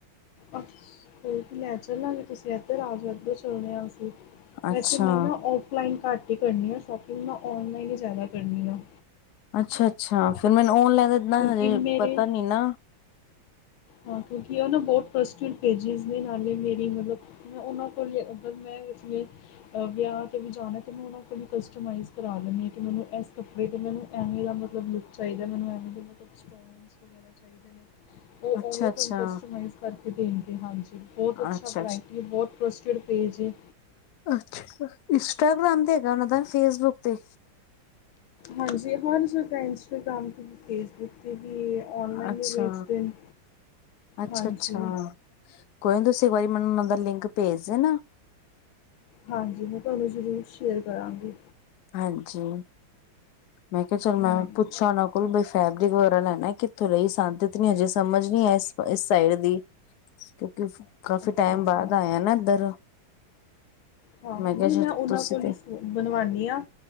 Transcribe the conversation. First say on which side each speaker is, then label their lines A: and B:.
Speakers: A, on the left; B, on the left.
A: ਅ ਕੋਈ ਨਈ ਲੈ ਚਲਾਂ ਗੇ, ਤੁਸੀਂ ਇੱਧਰ ਆ ਜਾਓ ਇੱਧਰੋ ਚੱਲਦੇ ਆ, ਅਸੀਂ
B: ਅੱਛਾ,
A: ਵੈਸੇ ਮੈਂ ਨਾ, ਔਫਲਾਈਨ ਘੱਟ ਹੀ ਕਰਨੀ ਆ ਸ਼ੋਪਿੰਗ, ਮੈਂ ਔਨਲਾਈਨ ਹੀ ਜ਼ਿਆਦਾ ਕਰਨੀ ਆ।
B: ਅੱਛਾ ਅੱਛਾ, ਫੇਰ ਮੈਨੂੰ ਔਨਲਾਈਨ ਦਾ ਇਦਾਂ
A: ਕਿਉਂਕਿ
B: ਹਜੇ
A: ਮੇਰੇ
B: ਪਤਾ ਨੀ ਨਾ।
A: ਹਾਂ ਕਿਉਂਕਿ ਉਹ ਨਾ ਬਹੁਤ ਟਰਸਟਿਡ ਪੇਜ਼ੀਜ਼ ਨੇ ਨਾਲੇ ਮੇਰੀ ਮਤਲਬ। ਮੈਂ ਉਹਨਾਂ ਕੋਲ ਹੀ ਮੈਂ ਜਿਵੇਂ ਵਿਆਹ 'ਤੇ ਵੀ ਜਾਣਾ, ਅਤੇ ਮੈਂਨੂੰ ਕਸਟਮਾਈਜ਼ ਕਰਾ ਦੇਂਦੀ, ਹਾਂ ਮੈਨੂੰ ਇਸ ਬੀ ਮੈਨੂੰ ਐਵੇਂ ਦਾ ਮਤਲਬ ਲੁੱਕ ਚਾਹੀਦਾ ਮੈਨੂ ਐਵੇ ਦੇ ਮਤਲਬ ਐਵੇ ਮੈਨੂੰ ਚਾਹੀਦੇ ਨੇ,
B: ਅੱਛਾ-ਅੱਛਾ,
A: ਐਵੇਂ ਕਾਸਟੀਜਮ ਕਰਾ ਕੇ ਦਿੰਦੇਗੇ। ਹਾਂਜੀ। ਬਹੁਤ ਅੱਛਾ
B: ਅੱਛਾ-ਅੱਛਾ।
A: ਵਰਾਇਟੀ ਹੈ। ਬਹੁਤ ਟਸਟ ਪੇਜ ਹੈ।
B: ਅੱਛਾ। ਇੰਸਟਾਗ੍ਰਾਮ ਤੇ ਹੈਗਾ ਓਨਾਂ ਦਾ ਫੇਸਬੁੱਕ ਤੇ।
A: ਹਾਂਜੀ। ਹਰ ਜਗ੍ਹਾ ਇੰਸਟਾਗ੍ਰਾਮ ਤੇ, ਵੀ ਫੇਸਬੁੱਕ ਤੇ ਵੀ ਏ। ਔਨਲਾਈਨ
B: ਅੱਛਾ,
A: ਵੀ ਵੇਚਦੇ ਨੇ।
B: ਅੱਛਾ-ਅੱਛਾ
A: ਹਾਂਜੀ।
B: ਕੋਈ ਨੀ ਤੁਸੀਂ ਮੈਨੂੰ ਇਹਦਾ ਲਿੰਕ ਭੇਜ ਦੇਨਾ।
A: ਹਾਂਜੀ। ਮੈਂ ਤੁਹਾਨੂੰ ਜ਼ਰੂਰ ਸ਼ੇਅਰ ਕਰਾਂਗੀ।
B: ਹਾਂਜੀ। ਮੈਂ ਕਿਹਾ ਚਲ
A: ਹਾਂ
B: ਮੈਂ ਪੁੱਛਾ, ਉਹਨਾਂ ਕੋਲ ਬ ਫੈਬਰਿਕ ਵਗੈਰਾ ਲੈਣਾ ਕਿੱਥੋਂ ਲਈ ਸਾਂਦਿਤ ਨੀ ਹਜੇ ਸਮਝ ਨੀ ਐ ਏਸ ਇਸ ਸਾਈਡ ਦੀ। ਕਿਉਂਕਿ ਕਾਫੀ
A: ਅੱਛਾ
B: ਟਾਈਮ
A: ਅੱਛਾ
B: ਬਾਦ ਆਇਆ ਨਾ ਇੱਧਰ।
A: ਹਾਂ,
B: ਕਿਹਾ
A: ਨਈ
B: ਸ਼ਾਇਦ
A: ਮੈਂ ਓਨਾਂ
B: ਤੁਸੀਂ
A: ਕੋਲ
B: ਤੇ
A: ਈ ਸ ਬਣਵਾਣੀ ਆ,